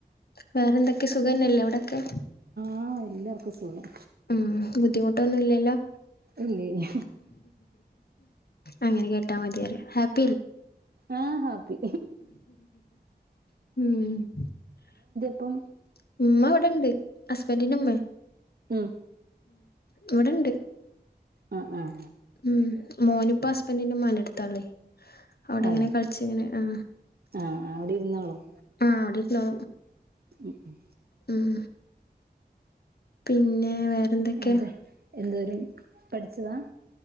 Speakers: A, on the left (about 65°); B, on the right (about 65°).
A: വേറെന്തൊക്കെ സുഖന്നല്ലേ അവിടൊക്കെ
B: ആഹ് എല്ലാവർക്കും സുഖം
A: ഉം ബുദ്ധിമുട്ടൊന്നും ഇല്ലല്ലോ
B: ഇല്ല ഇല്ല
A: അങ്ങനെ കേട്ടാൽ മതിപറയ ഹാപ്പ്
B: ആഹ് ഹാപ്പി
A: ഉം
B: പ്പം
A: ഉമ്മ അവിടെണ്ട് ഹസ്ബൻറിന്റെമ്മേ
B: ഉം
A: ഇവിടെണ്ട്
B: ഉം ഉം
A: ഉം മോനിപ്പ ഹസ്ബന്റിന്റെ ഉമ്മാന്റടുത്താ ഇള്ളെ. അവിടെങ്ങനെ
B: അതെ
A: കളിച്ച്ങ്ങനെ ആ
B: ആഹ് അവിടെ ഇരുന്നോളും
A: ആ എവിടെ ലോ
B: ഉം ഉം
A: ഉം പിന്നെ വേറെന്തൊക്കെ
B: അതെ എന്തോരം പഠിച്ചതാ?